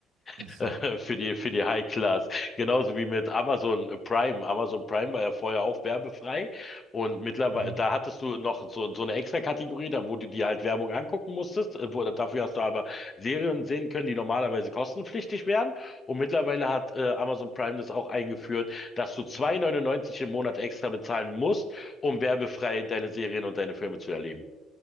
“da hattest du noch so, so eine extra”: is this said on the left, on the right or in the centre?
Left